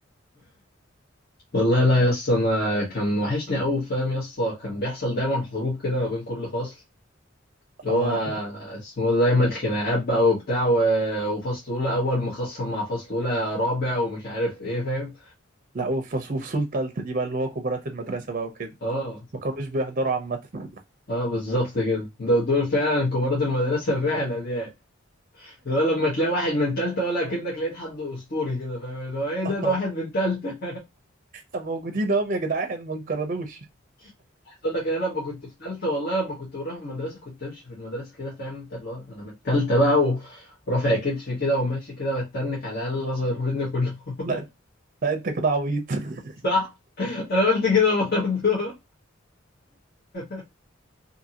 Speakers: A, on the left; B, on the right.
A: والله لا يا اسطى انا كان وحشني قوي فاهم يا اسطى كان بيحصل دايما حروب كده ما بين كل فصل اللي
B: آه
A: هو اسمه ده دايما خناقات بقى وبتاع و- وفصل اولى اول مخصم مع فصل اولى رابع ومش عارف ايه فاهم
B: لا وفص- وفصول تالتة دي بقى اللي هو كبارات المدرسة بقى وكده
A: اه
B: ما كانوش بيحضروا عامة
A: اه بالظبط كده ده- دول فعلا كبارات المدرسه <laughs> فعلا يعني اللي هو لما تلاقي واحد من تالتة ولا كأنك لقيت حد أسطوري كده فاهم اللي هو إيه ده
B: <laughs>
A: ده واحد من تالتة
B: اه موجودين اهم يا جدعان ما انقرضوش
A: <laughs> عايز أقول لك أنا لما كنت في تالتة والله لما كنت بروح المدرسة كنت أمشي في المدرسة كده فاهم أنت اللي هو أنا من تالتة بقى ورافع كتفي كده وماشي كده بتنك على الأقل الأصغر مني كلهم
B: لا
A: <laughs>
B: لا انت كده عبيط <laughs>
A: صح؟ أنا قلت كده برضه <laughs>